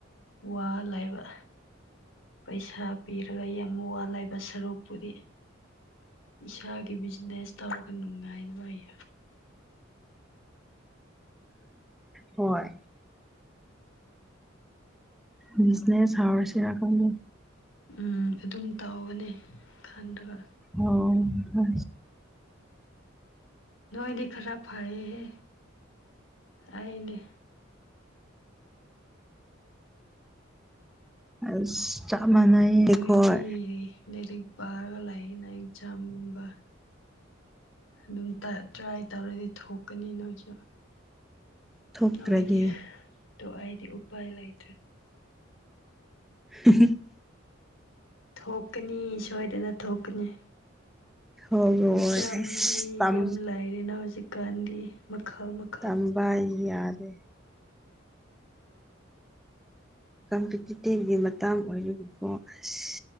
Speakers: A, on the left; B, in the centre.
A: ꯋꯥ ꯂꯥꯏꯕ ꯄꯩꯁꯥ ꯄꯤꯔꯒ ꯌꯥꯝ ꯋꯥ ꯂꯩꯕ ꯁꯔꯨꯛꯄꯨꯗꯤ ꯏꯁꯥꯒꯤ ꯕꯤꯖꯤꯅꯦꯁ ꯇꯧꯔꯒ ꯅꯨꯡꯉꯥꯏ ꯅꯨꯡꯉꯥꯏ
B: ꯍꯣꯏ ꯃꯤꯁꯅꯦ ꯁꯥꯎꯔ ꯆꯔ ꯈꯪꯗꯦ
A: ꯎ ꯑꯗꯨꯝ ꯇꯧꯒꯅꯤ ꯈꯟꯔꯒ
B: ꯑꯣ ꯍ
A: ꯅꯣꯏꯗꯤ ꯈꯔ ꯐꯌꯦꯍꯦ ꯑꯩꯅꯦ
B: ꯑꯁ ꯆꯞ ꯃꯥꯟꯅꯩ ꯑꯩꯈꯣꯏ
A: ꯅꯣꯏꯗꯤ ꯂꯥꯏꯔꯤꯛ ꯄꯥꯔꯒ ꯂꯥꯏꯌꯦꯅ ꯌꯦꯟꯁꯥꯡꯒꯨꯝꯕ ꯑꯗꯨꯝ ꯇ꯭ꯔꯥꯏ ꯇꯧꯔꯗꯤ ꯊꯣꯛꯀꯅꯤ ꯅꯣꯏꯁꯨ
B: ꯊꯣꯛꯇ꯭ꯔꯗꯤ
A: ꯅꯣꯏꯗꯤ ꯑꯩꯗꯤ ꯎꯄꯥꯏꯂꯥꯏꯗ꯭ꯔꯦ
B: ꯍꯨꯝ
A: ꯊꯣꯛꯀꯅꯤ ꯁꯣꯏꯗꯅ ꯊꯣꯛꯀꯅꯤ
B: ꯊꯣꯛꯔꯣꯏ
A: ꯆꯝꯗꯤ
B: ꯑꯁ ꯇꯝ
A: ꯌꯥꯝ ꯂꯥꯏꯔꯦꯅ ꯍꯧꯖꯤꯛꯀꯥꯟꯗꯤ ꯃꯈꯜ ꯃꯈ
B: ꯇꯝꯕ ꯌꯥꯗꯦ ꯀꯝꯄꯤꯇꯤꯇꯤꯚꯒꯤ ꯃꯇꯥꯡ ꯑꯣꯏꯔꯔꯤꯕꯀꯣ ꯑꯁ